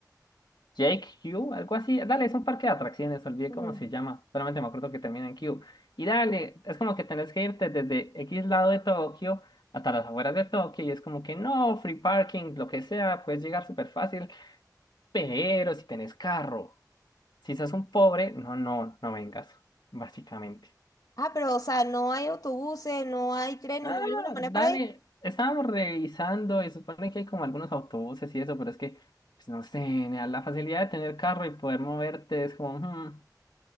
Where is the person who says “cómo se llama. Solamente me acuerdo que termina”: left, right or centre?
Left